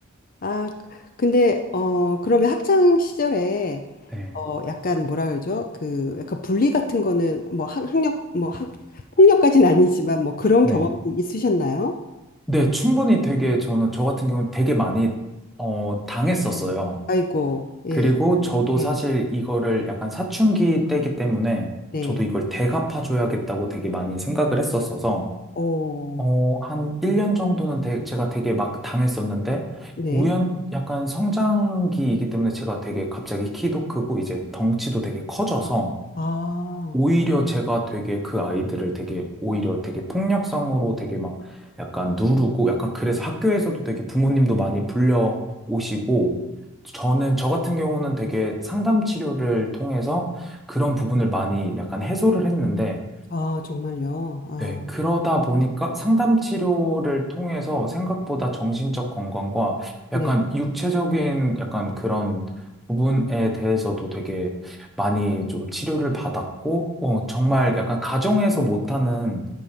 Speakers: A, on the left (about 40°); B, in the centre.
A: 아, 근데 어 그러면 학창 시절에
B: 네.
A: 어 약간 뭐라 그러죠? 그 약간 분리 같은 거는 뭐 학, 학력 뭐 학, 폭력까지는 아니지만 뭐 그런
B: 네.
A: 경험도 있으셨나요?
B: 네, 충분히 되게 저는 저 같은 경우는 되게 많이 어, 당했었어요.
A: 아이고. 예.
B: 그리고 저도
A: 네.
B: 사실 이거를 약간 사춘기 때기 때문에
A: 네.
B: 저도 이걸 대갚아줘야겠다고 되게 많이 생각을 했었어서
A: 어.
B: 어, 한 1년 정도는 되- 제가 되게 막 당했었는데
A: 네.
B: 우연 약간 성장기이기 때문에 제가 되게 갑자기 키도 크고 이제 덩치도 되게 커져서
A: 아.
B: 오히려 제가 되게 그 아이들을 되게 오히려 되게 폭력성으로 되게 막 약간 누르고 약간 그래서 학교에서도 되게 부모님도 많이 불려 오시고 저는 저 같은 경우는 되게 상담 치료를 통해서 그런 부분을 많이 약간 해소를 했는데
A: 아, 정말요. 아.
B: 네, 그러다 보니까 상담 치료를 통해서 생각보다 정신적 건강과
A: 네.
B: 약간 육체적인 약간 그런 부분에 대해서도 되게 많이 좀 치료를 받았고, 어, 정말 약간 가정에서 못하는